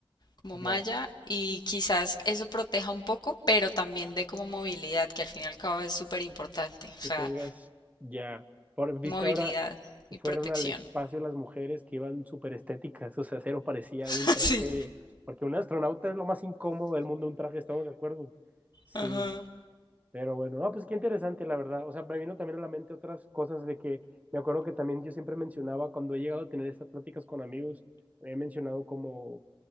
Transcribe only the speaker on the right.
Ya,
que tengas, ya. Por, viste
ahora que
fueron
al espacio las mujeres que iban súper estéticas, o sea, cero parecía
un traje,
porque un astronauta es lo más incómodo del mundo, un traje, estamos de acuerdo. Sí,
Pero bueno, no pues qué interesante, la verdad. O sea, me vino también a la mente otras cosas de que me acuerdo que también yo siempre mencionaba cuando he llegado a tener estas pláticas con amigos, he mencionado como